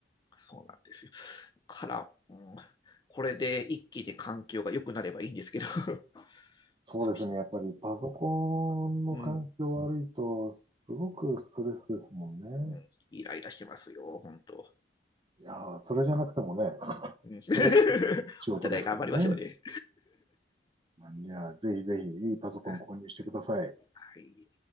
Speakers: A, on the left; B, on the right.
A: そうなんですよ。から、うん、これで一気に環境が良くなればいいんですけど、<laughs>
B: そうですね。
A: そし、
B: やっぱりパソコンの環境悪いと、
A: うん、
B: すごくストレスですもんね。
A: うん、イライラしてますよ、本当。
B: いやー、それじゃなくてもね、
A: うん、<laughs>
B: それが仕事ですからね。
A: お互い頑張りましょうね。
B: いや、ぜひぜひいいパソコン購入してください。
A: <laughs> はい。